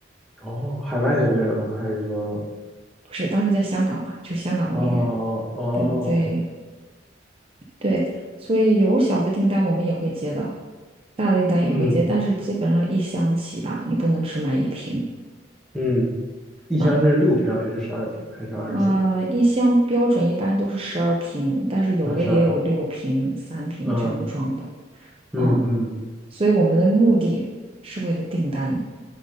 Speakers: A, in the centre; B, on the right.
A: 哦，海外的名人吗？还是说，
B: 不是当时在香港嘛，就香港的名人，
A: 哦哦，
B: 对对对。对，所以有小的订单我们也会接的，大的订单也会接，
A: 嗯
B: 但是基本上一箱起吧，你不能只买一瓶。
A: 嗯，一箱是六瓶儿还是十二瓶儿还是二十四瓶
B: 嗯，呃，一箱标准一般都是十二瓶，但是有的也有六瓶、
A: 儿啊？十二，
B: 三瓶这样装的。
A: 嗯嗯嗯，
B: 嗯，所以我们的目的是为了订单。